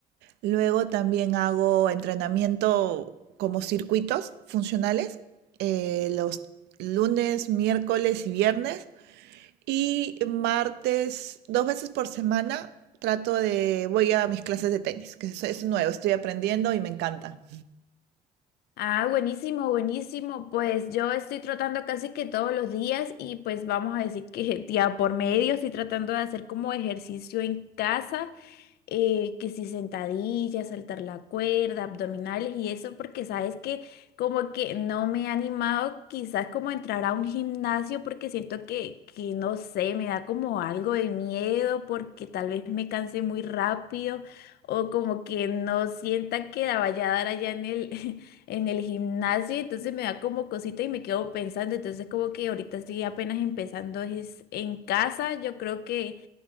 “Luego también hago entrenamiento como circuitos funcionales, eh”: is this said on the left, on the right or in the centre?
Right